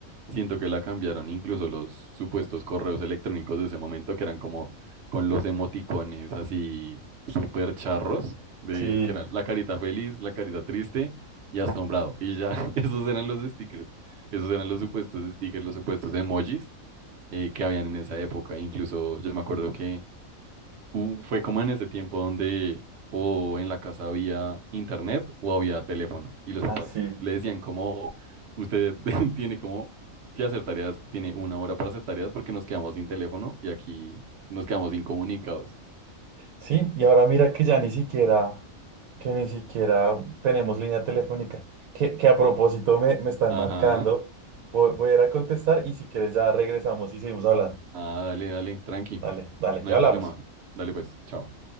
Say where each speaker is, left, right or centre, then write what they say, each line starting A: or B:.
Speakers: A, on the right (about 55°); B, on the right (about 80°).
A: siento que la cambiaron incluso los supuestos correos electrónicos de ese momento, que eran como con los emoticones así súper charros, de,
B: Sí,
A: que eran la carita feliz, la carita triste y asombrado. Y ya, <laughs> esos eran los stickers. Esos eran los supuestos stickers, los supuestos emojis eh, que habían en esa época. Incluso yo me acuerdo que u- fue como en ese tiempo donde o en la casa había internet o había teléfono y los papás
B: Así.
A: le decían como usted <laughs> tiene como que hacer tareas, tiene una hora para hacer tareas porque nos quedamos sin teléfono y aquí nos quedamos incomunicados.
B: Sí, y ahora mira que ya ni siquiera, que ni siquiera tenemos línea telefónica, que, que a propósito me, me están
A: Ajá.
B: marcando. Voy, voy a ir a contestar y si quieres ya regresamos y seguimos hablando.
A: Ah, dale, dale, tranqui.
B: Dale, dale,
A: No
B: ya
A: hay
B: hablamos.
A: problema. Dale pues, chao.